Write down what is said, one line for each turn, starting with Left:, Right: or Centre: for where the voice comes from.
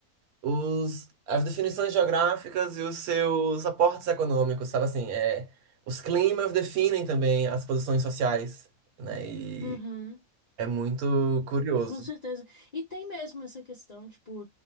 Right: os, as definições geográficas e os seus aportes econômicos, sabe assim, é, os climas definem também as posições sociais, né? E
Left: Uhum.
Right: é muito curioso.
Left: Com certeza. E tem mesmo essa questão, tipo,